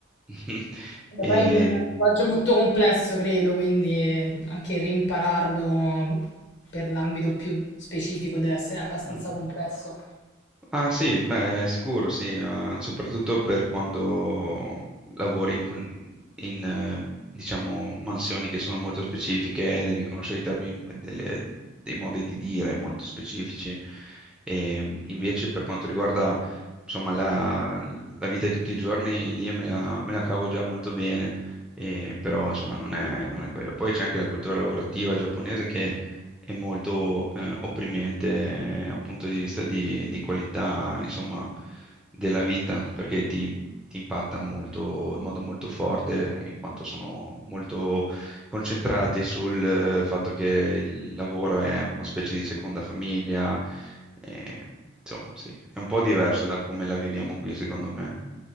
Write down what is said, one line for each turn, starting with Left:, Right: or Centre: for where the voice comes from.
Centre: <laughs>
Left: Vabbè,
Centre: E,
Left: Poi è un linguaggio molto complesso, credo, quindi anche rimpararlo per l'ambito più specifico deve essere abbastanza
Centre: mm,
Left: complesso.
Centre: Ah sì, beh, sicuro sì, eh, soprattutto per quando lavori in, con- in, eh, diciamo, mansioni che sono molto specifiche, devi conoscere i termini, delle- dei modi di dire molto specifici. E, invece per quanto riguarda, insomma, la, la vita di tutti i giorni, lì me la, me la cavo già molto bene, e, però insomma non è, non è quello. Poi c'è anche la cultura lavorativa giapponese è molto eh, opprimente eh, da un punto di vista di, di qualità, insomma, della vita, perché ti, ti impatta molto, in modo molto forte, in quanto sono molto concentrati sul eh, fatto che il lavoro è una specie di seconda famiglia, eh, insomma, sì, è un po' diverso da come la viviamo qui, secondo me.